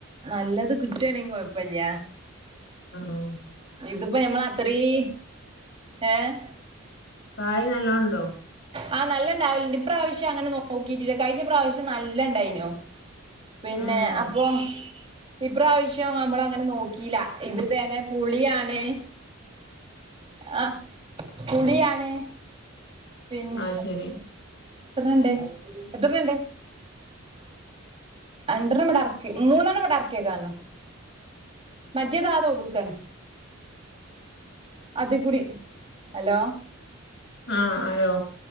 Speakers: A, on the right; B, on the left.
A: നല്ലത് കിട്ടണെങ്കിൽ കൊഴപ്പില്ല
B: ആണോ
A: ഇതിപ്പോ ഞമ്മള് അത്രയും ഏഹ്
B: കായ് നല്ലോണ്ടോ
A: ആഹ് നല്ല ഇണ്ടാവില്ലണ്ട് ഇപ്രാവശ്യം അങ്ങനെ നോക്കിട്ടില്ല കഴിഞ്ഞ പ്രാവശ്യം നല്ല ഇണ്ടായിനോ പിന്നെ
B: ഉം
A: അപ്പൊ- ഇപ്രാവശ്യം നമ്മള് അങ്ങനെ നോക്കിയില്ല ഇത് ത <unintelligible> നെ പുളിയാണേ ആഹ് പുളിയാണേ പിന്നെ
B: അത് ശരി
A: എത്ര എണ്ണം ഒണ്ട് എത്രണ്ണം ഒണ്ട് രണ്ടെണ്ണം ഇവിടെ എറക്കി മൂന്നണ്ണം ഇവിടെ ഇറക്കിയെക്ക്ന്ന് മറ്റേതാത ഒ <unintelligible> ടുക്കാണ് അതെ കൂടി ഹലോ
B: ആഹ് ഹലോ